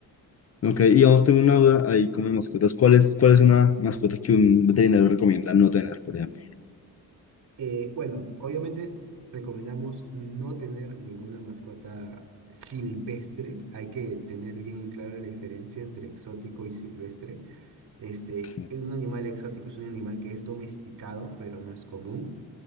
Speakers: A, on the left; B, on the right.
A: Ok, y
B: Y
A: vamos, tengo una duda ahí con mis mascotas. ¿Cuál es, cuál es una mascota que un veterinario recomienda no tener, por ejemplo?
B: eh, bueno, obviamente recomendamos no tener ninguna mascota silvestre. Hay que tener bien en claro la diferencia entre exótico y silvestre Este,
A: Ok,
B: un animal exótico es un animal que es domesticado, pero no es común,